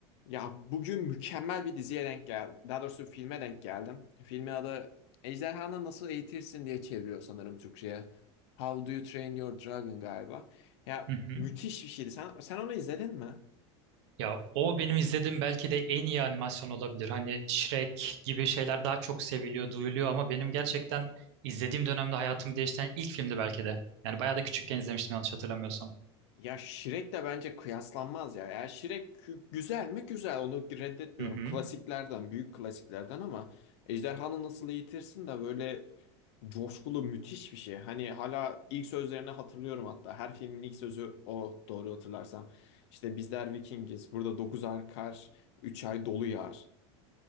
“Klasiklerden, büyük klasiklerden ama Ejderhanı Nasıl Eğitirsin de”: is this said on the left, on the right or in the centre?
Left